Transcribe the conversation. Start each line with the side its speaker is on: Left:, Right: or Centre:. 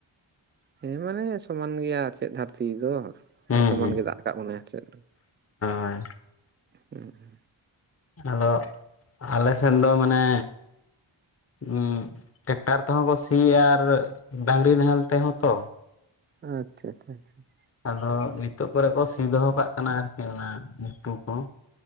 Right: ᱦᱮᱸ ᱢᱟᱱᱮ ᱥᱚᱢᱟᱱ ᱜᱮᱭᱟ ᱟᱨ ᱪᱮᱫ ᱫᱷᱟᱹᱨᱛᱤ ᱫᱚ ᱾
Left: ᱦᱩᱸ
Right: ᱥᱚᱢᱟᱱ
Left: ᱦᱩᱸ
Right: ᱜᱮ ᱫᱟᱜ ᱠᱟᱜ ᱵᱚᱱᱟᱭᱟ ᱪᱮᱫ
Left: ᱦᱳᱭ
Right: ᱦᱮᱸ ᱾
Left: ᱟᱫᱚ ᱟᱞᱮ ᱥᱮᱱ ᱫᱚ ᱢᱟᱱᱮᱼᱼ ᱩ ᱴᱮᱠᱴᱟᱨ ᱛᱮᱦᱚᱸ ᱠᱚ ᱥᱤᱭᱟ ᱟᱨ ᱰᱟᱝᱨᱤ ᱱᱟᱦᱮᱞ ᱛᱮᱦᱚᱸ ᱛᱚ ᱾
Right: ᱟᱪᱪᱷᱟ ᱟᱪᱪᱷᱟ ᱟᱪᱪᱷᱟ ᱾
Left: ᱟᱫᱚ ᱱᱤᱛᱚᱜ ᱠᱚᱨᱮ ᱠᱚ ᱥᱤ ᱫᱚᱦᱚ ᱠᱟᱜ ᱠᱟᱱᱟ, ᱟᱨᱠᱤ ᱚᱱᱟ ᱜᱷᱩᱴᱩ ᱠᱚ ᱾